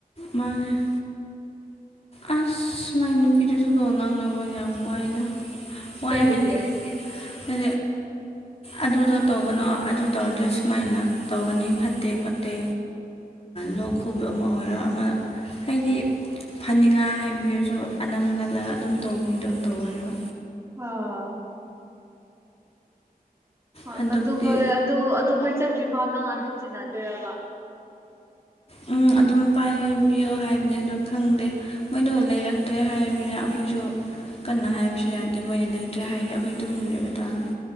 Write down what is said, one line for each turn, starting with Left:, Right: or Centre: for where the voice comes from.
Left: ꯃꯥꯥꯡꯉ ꯑꯁ ꯃꯥꯏ ꯅꯨꯄꯤꯗꯨꯁꯨꯀꯣ ꯉꯥꯡꯅꯕ ꯃ ꯌꯥꯃꯏꯗ ꯍꯥꯏ
Right: ꯀꯔꯤꯒꯤ
Left: ꯍꯥꯏꯗꯤ ꯍꯦ ꯑꯗꯨꯗꯣ ꯇꯧꯒꯅꯣ ꯑꯗꯨ ꯇꯧꯔꯗꯤ ꯁꯨꯃꯥꯏꯅ ꯇꯧꯒꯅꯤ ꯐꯠꯇꯦ ꯈꯣꯠꯇꯦ ꯂꯣꯛ ꯈꯨꯕ ꯑꯃ ꯑꯣꯏꯔꯣ ꯑꯃ ꯍꯥꯏꯗꯤ ꯐꯅꯤꯡꯉꯥ ꯍꯥꯏꯕꯤꯔꯁꯨ ꯑꯅꯝ ꯀꯜꯂꯒ ꯑꯗꯨꯝ ꯇꯧꯕꯤꯗꯣ ꯇꯧꯋꯦꯕ
Right: ꯑꯥ ꯍꯣꯏ
Left: ꯍꯟꯗꯛꯇꯤ
Right: ꯑꯗꯨ ꯍꯣꯏ ꯑꯗꯨ ꯑꯗꯨ ꯍꯣꯏ ꯆꯠꯇ꯭ꯔꯤ ꯐꯥꯎ ꯅꯪ ꯑꯗꯨꯝ ꯁꯤꯟꯅꯗꯣꯏꯔꯕ <inaudible>
Left: ꯎꯝ ꯑꯗꯨꯝ ꯄꯥꯏꯕꯤꯌꯨ ꯍꯥꯏꯕꯅꯤ ꯑꯗꯣ ꯈꯪꯗꯦ ꯃꯣꯏꯗꯣ ꯂꯩꯔꯛꯇ꯭ꯔꯦ ꯍꯥꯏꯕꯅꯤꯅ ꯑꯩꯈꯣꯏꯁꯨ ꯀꯟꯅ ꯍꯥꯏꯕꯁꯨ ꯌꯥꯗꯦ ꯃꯣꯏꯅ ꯂꯩꯇ꯭ꯔꯦ ꯍꯥꯏꯗꯤꯦ ꯑꯩꯈꯣꯏ ꯇꯨꯃꯤꯟꯅ ꯂꯩꯕ ꯇꯥꯔꯅꯤ